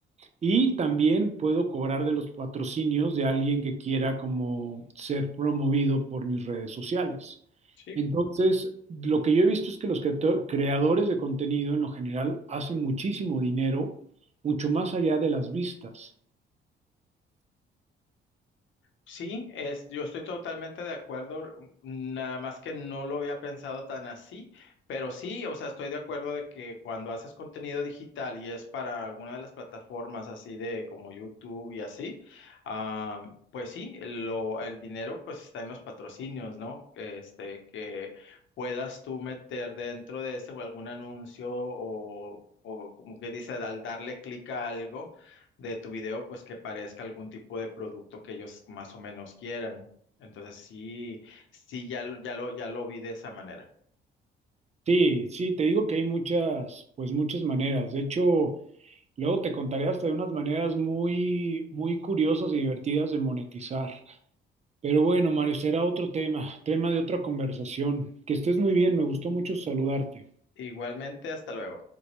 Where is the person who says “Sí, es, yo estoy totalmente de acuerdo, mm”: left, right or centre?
Left